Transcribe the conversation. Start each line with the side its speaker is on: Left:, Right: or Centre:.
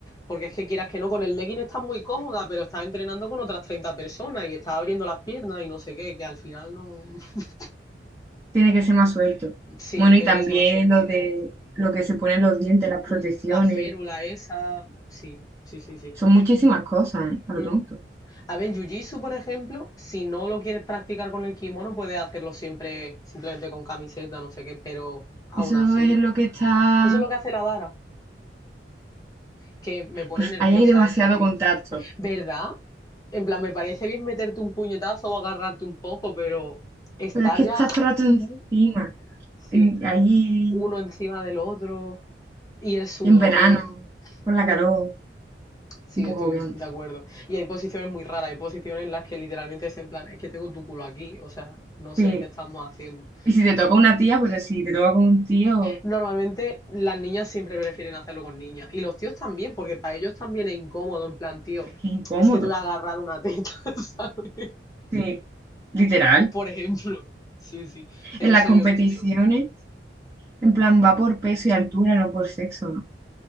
Left: Porque es que quieras que no, con el legging estás muy cómoda, pero estás entrenando con otras 30 personas y estás abriendo las piernas y no sé qué, que al final no. <laughs>
Right: tiene que ser más suelto.
Left: Sí,
Right: Bueno,
Left: tiene
Right: y también
Left: que ser más sueltito.
Right: lo de lo que se ponen los dientes, las protecciones,
Left: Mm, La férula esa, sí, sí, sí, sí.
Right: son muchísimas cosas, ¿eh? A
Left: Mm,
Right: lo tonto.
Left: A ver, jiu-jitsu, por ejemplo, si no lo quieres practicar con el kimono, puedes hacerlo siempre simplemente con camiseta, no sé qué, pero aún
Right: Eso
Left: así.
Right: es lo que está...
Left: Eso es lo que hace la Dara, que me pone
Right: Pues
Left: nerviosa
Right: ahí hay demasiado
Left: eso, tío.
Right: contacto.
Left: ¿Verdad? En plan, me parece bien meterte un puñetazo o agarrarte un poco, pero estar
Right: Pero es que
Left: ya
Right: estás todo
Left: así,
Right: el rato encima,
Left: sí,
Right: en- ahí
Left: uno encima del otro y el sudor.
Right: en verano, con la
Left: mm.
Right: calor,
Left: Sí,
Right: un poco
Left: estoy
Right: obviante.
Left: de acuerdo. Y hay posiciones muy raras, hay posiciones en las que literalmente es en plan, es que tengo tu culo aquí, o sea, no sé
Right: Sí.
Left: qué estamos haciendo.
Right: Y si te toca una tía, pero si te toca con un tío,
Left: Normalmente las niñas siempre prefieren hacerlo con niñas, y los tíos también, porque para ellos también es incómodo, en plan, tío,
Right: es que es incómodo.
Left: es que te voy a agarrar una teta, <laughs> ¿sabes?
Right: Sí, literal.
Left: Por ejemplo. Sí, sí, eso
Right: En las
Left: se
Right: competiciones,
Left: ve mucho.
Right: en plan, va por peso y altura, no por sexo, ¿no?